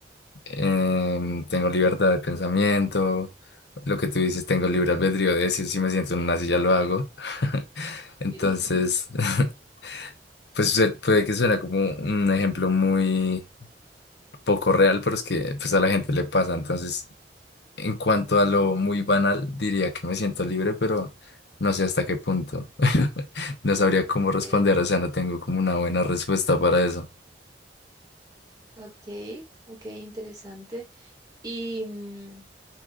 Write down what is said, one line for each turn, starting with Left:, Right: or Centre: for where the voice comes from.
Left: em, tengo libertad de pensamiento, lo que tú dices, tengo libre albedrío de decir si me siento en una silla lo hago. <laughs> Entonces,
Right: Sí. <laughs>
Left: <laughs> pues se- puede que suene como un ejemplo muy poco real, pero es que pues a la gente le pasa. Entonces, en cuanto a lo muy banal, diría que me siento libre, pero no sé hasta qué punto. <laughs> No sabría cómo
Right: Ok,
Left: responder, o sea, no tengo como una buena respuesta para eso.
Right: ok, ok, interesante. Y, mm,